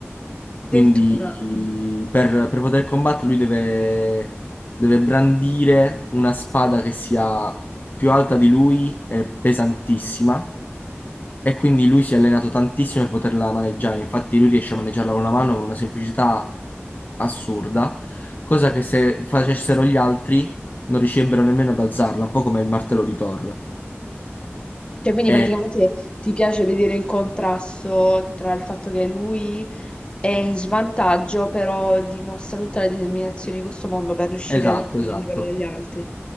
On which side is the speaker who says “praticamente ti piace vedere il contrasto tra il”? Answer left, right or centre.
Left